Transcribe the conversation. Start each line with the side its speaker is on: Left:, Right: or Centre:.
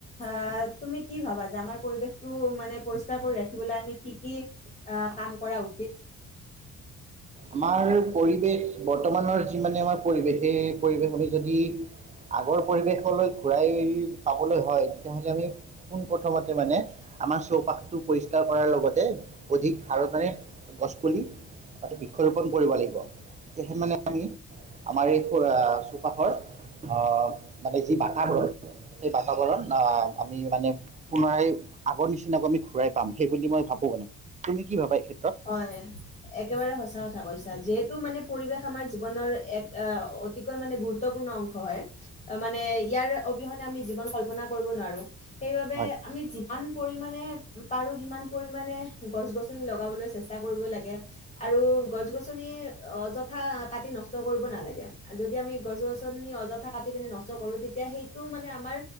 Left: আহ, তুমি কি ভাবা যে আমাৰ পৰিৱেশটো মানে পৰিষ্কাৰ কৰি ৰাখিবলৈ আমি কি কি কাম কৰা উচিত?
Right: আমাৰ পৰিৱেশ বৰ্তমানৰ যি মানে আমাৰ পৰিৱেশ সেই পৰিৱেশ আমি যদি আগৰ পৰিৱেশলৈ ঘূৰাই পাবলৈ হয় তেতিয়াহলে আমি পোন প্ৰথমতে মানে আমাৰ চৌপাশটো পৰিষ্কাৰ কৰাৰ লগতে অধিক হাৰত মানে গছপুলি, বৃক্ষৰোপণ কৰিব লাগিব তেতিয়াহে মানে আমি আমাৰ এই চৌপাশৰ আ, মানে যি বাতাবৰণ বা সেই বাতাবৰণ আমি মানে পুনৰাই আগৰ নিচিনাকৈ আমি ঘূৰাই পাম। সেই বুলি মই ভাবো মানে, তুমি কি ভাবা? ক্ষেত্ৰত
Left: হয়, একেবাৰে সঁচা ক, কৈছা যিহেতু মানে পৰিৱেশ আমাৰ জীৱনৰ এক আহ, অতিকৈ মানে গুৰুত্বপূৰ্ণ অংশ হয়। অ, মানে ইয়াৰ অবিহনে আমি জীৱন কল্পনা কৰিব নোৱাৰো। সেইভাবে
Right: হয়
Left: আমি যিম, আন পৰিমানে পাৰো সিমান পৰিমানে গছ- -গছনি লগাবলৈ চেষ্ট, চেষ্টা কৰিব লাগে আৰু গছ -গছনি অযথা কাটি নষ্ট কৰিব নালাগে। যদি আমি গছ-গছনি অযথা কাটি পিনি নষ্ট কৰো, তেতিয়া সেইটো মানে আমাৰ